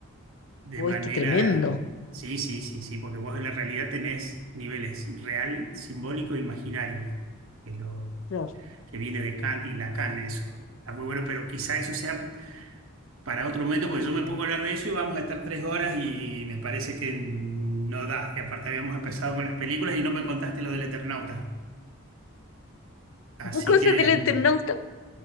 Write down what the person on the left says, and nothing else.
Uy,
qué tremendo.
Claro.
¿Qué cosas
del internauta?